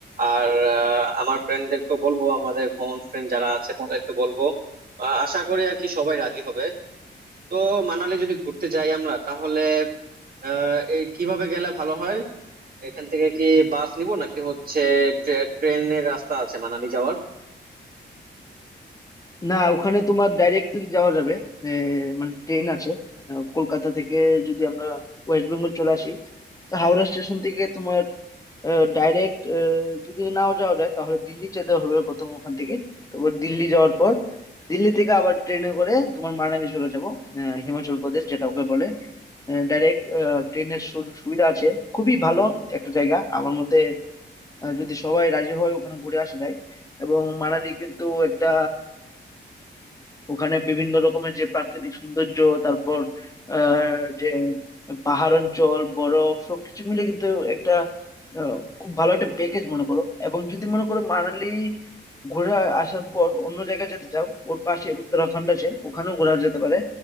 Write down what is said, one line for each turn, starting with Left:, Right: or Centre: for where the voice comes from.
Right: আর আহ, আমার ফ্রেন্ডদেরকে বলবো আমাদের কমন ফ্রেন্ড যারা আছে তাদেরকে বলবো আহ, আশা করি আর কি সবাই রাজি হবে তো মানালি যদি ঘুরতে যাই আমরা তাহলে আহ এই কিভাবে গেলে ভালো হয় এখান থেকে কি বাস নিব নাকি হচ্ছে ট্রে- ট্রেনের রাস্তা আছে মানালি যাওয়ার
Left: না ওখানে তোমার ডাইরেক্টলি যাওয়া যাবে এ, মানে ট্রেন আছে আহ, কলকাতা থেকে যদি আমরা ওয়েস্ট বেঙ্গল চলে আসি তো হাওড়া স্টেশন থেকে তোমার ডাইরেক্ট যদি নাও যাওয়া যায় তাহলে দিল্লি যেতে হবে প্রথম ওখান থেকে তারপর দিল্লি যাওয়ার পর দিল্লি থেকে আবার ট্রেনে করে তোমার মানালি চলে যাবো আহ, হিমাচল প্রদেশ যেটা ওকে বলে ডাইরেক্ট ট্রেনের সু- সুবিধা আছে খুবই ভালো একটা জায়গা আমার মতে আহ, যদি সবাই রাজি হয় ওখানে ঘুরে আসা যায় এবং মানালি কিন্তু একটা ওখানে বিভিন্ন রকমের যে প্রাকৃতিক সৌন্দর্য তারপর আহ যে পাহাড় অঞ্চল বরফ সবকিছু মিলে কিন্তু একটা আহ, খুব ভালো একটা প্যাকেজ মনে করো এবং যদি মনে করো মানালি ঘুরে আসার পর অন্য জায়গায় যেতে চাও ওর পাশে উত্তরাখণ্ড আছে ওখানেও ঘোরা যেতে পারে